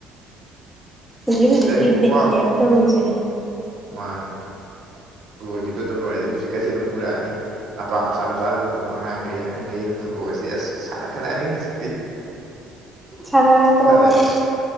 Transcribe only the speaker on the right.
ꯁꯤꯁꯇꯔꯒꯤ
ꯋꯥꯛ
ꯃꯥꯅꯦ ꯂꯣꯏꯈꯤꯕꯗ ꯑꯗꯨꯝ ꯂꯣꯏꯔꯦ ꯍꯧꯖꯤꯛꯀꯁꯦ ꯑꯗꯨꯝ ꯎꯔꯛꯑꯅꯤ ꯂꯝꯄꯥꯛ ꯃꯆꯥ ꯃꯆꯥꯗ ꯑꯗꯨꯝ ꯑꯉꯥꯡꯈꯩ ꯑꯍꯟꯈꯩ ꯑꯗꯨꯝ ꯐꯨꯠꯕꯣꯜꯒꯁꯦ ꯑꯁ ꯁꯥꯟꯅ ꯈꯠꯂꯛꯑꯅꯤ ꯍꯧꯖꯤꯛꯇꯤ
ꯈꯔ ꯂꯩꯔ